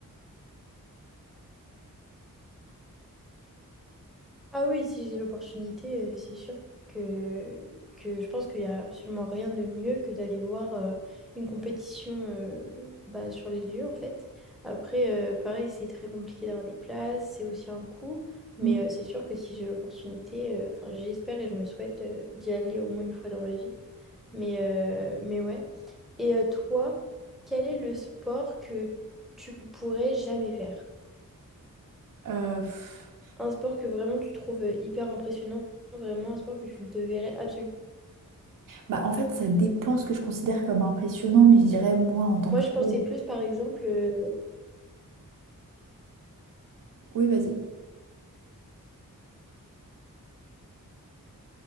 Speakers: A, in the centre; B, on the right.
A: Ah oui, si j'ai l'opportunité, euh, c'est sûr que, que je pense qu'il n'y a absolument rien de mieux que d'aller voir euh, une compétition euh, bah, sur les lieux, en fait. Après, euh, pareil, c'est très compliqué d'avoir des places, c'est aussi un coût. Mais
B: Mm.
A: euh, c'est sûr que si j'ai l'opportunité, euh, enfin, j'espère et je me souhaite euh, d'y aller au moins une fois dans ma vie. Mais, euh, mais ouais. Et euh, toi, quel est le sport que tu pourrais jamais faire?
B: Euh, pff,
A: Un sport que vraiment tu trouves euh, hyper impressionnant, vraiment un sport que tu devrais absolument.
B: Bah, en fait, ça dépend ce que je considère comme impressionnant, mais je dirais moi en tant
A: Moi,
B: que
A: je pensais
B: tel
A: plus, par exemple, euh,
B: Oui, vas-y.